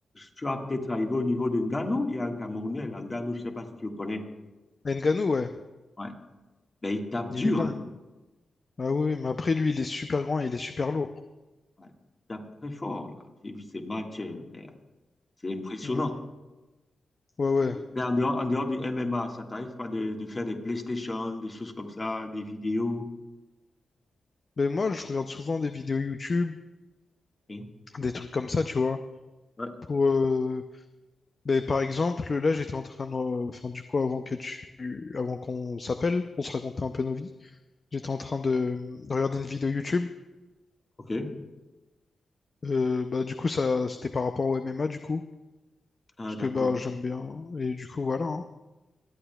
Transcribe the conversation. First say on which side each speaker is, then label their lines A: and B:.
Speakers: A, on the left; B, on the left.
A: tu vas peut-être arriver au niveau de Ngannou. Il y a un Camerounais, là, Ngannou, je ne sais pas si tu le connais.
B: Ngannou, ouais,
A: Ouais. Ben, il tape
B: il
A: dur,
B: est bon.
A: hein.
B: Ah oui, mais après, lui, il est super grand et il est super lourd.
A: Ouais. Il tape très fort, là. J'ai vu ses matchs. euh, ben, c'est impressionnant.
B: Hmm. Ouais, ouais.
A: Ok. Ben, en dehors, en dehors du MMA, ça t'arrive pas de, de faire des PlayStation, des choses comme ça, des vidéos.
B: Mais moi, je regarde souvent des vidéos YouTube,
A: Ok.
B: des trucs comme ça, tu vois.
A: Ouais.
B: Pour, euh, ben, par exemple, là, j'étais en train de, euh, enfin, du coup, avant que tu, avant qu'on s'appelle, on se racontait un peu nos vies. J'étais en train de, de regarder une vidéo YouTube.
A: Ok.
B: Euh, bah, du coup, ça, c'était par rapport au MMA, du coup,
A: Ah,
B: parce
A: d'accord.
B: que bah, j'aime bien. Et du coup, voilà. hein.